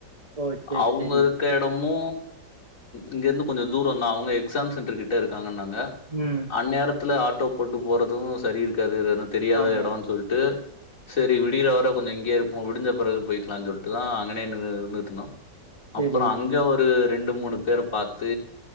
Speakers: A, on the right (about 25°); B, on the left (about 45°).
A: ஓ சேரி
B: அவுங்க
A: சேரி
B: இருக்க எடமு இங்க இருந்து கொஞ்சோ தூரோதா அவு ங்க எக்ஸாம் சென்டெர் கிட்ட இருக்காங்கனாங்க
A: ம்
B: அந்நேரத்துல ஆட்டோ போட்டு போறது சரி இருக்காது இது ஏனா தெரியாத
A: ஆமா
B: எடோனு சொல்ட்டு சேரி விடுயிற வர கொஞ்ச இங்கயே இருப்போ விடுஞ்ச பெறகு போயிக்கலானு சொல்ட்டு தா அங்கனே இருந்துட்டு இருந்
A: சேரி
B: அப்பறோ அங்க ஒரு ரெண்டு மூணு பேர பாத்து